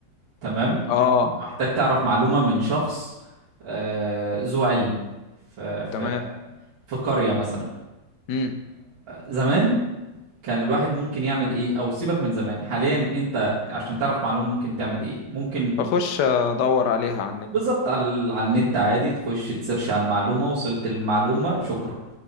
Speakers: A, on the right; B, on the left.
A: تمام
B: اه
A: محتاج تعرف معلومة من شخص أه ذو علم في في
B: تمام
A: في قرية مثلا
B: امم
A: زمان كان الواحد ممكن يعمل ايه او سيبك من زمان حاليا انت عشان تعرف معلومة ممكن تعمل ايه ممكن
B: بخش ادور عليها على النت
A: بالظبط على على النت عادي تخش تسيرش على المعلومة وصلت المعلومة شكرا